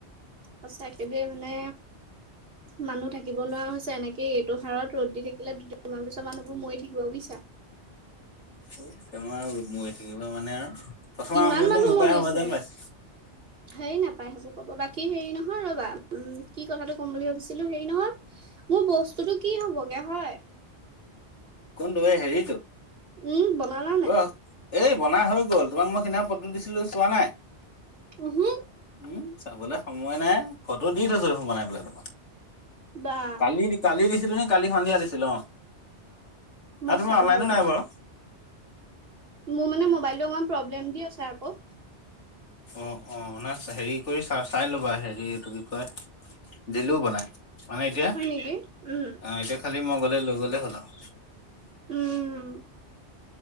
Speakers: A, on the right (about 55°); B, on the left (about 80°).
A: সঁচাকে দেই মানে। মানুহ থাকিব নোৱাৰা হৈছে, এনেকেই এইটো হাৰত ৰ'দ দি থাকিলে দুদিনমান পিছৰ মানুহবোৰ মৰি থাকিব বুজিছা।
B: টোমাৰ মৰি থাকিব মানে আৰু। প্ৰথম
A: কিমান
B: আৰম্ভণিটো
A: মানুহ
B: মোৰ
A: মৰিছে।
B: পৰাই হ'ব যেন পাইছো
A: হেই নাপায় সেইবোৰ কব বাকী হেৰি নহয় ৰবা উম, কি কথাটো। ক'ম বুলি ভাবিছিলোঁ হেৰি নহয় মোৰ বস্তুটো কি হ'বগে হয়।
B: কোনটো এই হেৰিটো।
A: উম। বনালা নাই
B: ক <unintelligible> এই বনাই হৈ গ'ল তোমাক মই সিদিনা ফটো দিছিলোঁ চোৱা নাই
A: উহু
B: উম। চাবলৈ সময় নাই ফটো দি থৈছোঁ দেখোন বনাই পেলাই তোমাক।
A: বা
B: কালি, কালি দিছিলোঁ নে কালি সন্ধিয়া দিছিলোঁ অ'।
A: মই
B: আৰু তুমি
A: চাম
B: অনলাইনো
A: ৰ'বা
B: নাই বাৰু।
A: মোৰ মানে মোবাইলটো অকমান প্ৰব্লেম দি আছে আকৌ।
B: অ', অ'নাই হেৰি কৰি চা চাই ল'বা হেৰি এইটো কি কয়। দিলোঁ বনাই মানে এতিয়া
A: হয় নেকি উম
B: আহ, এতিয়া খালি মই গ'লে লৈ গ'লে হ'ল আৰু।
A: উম।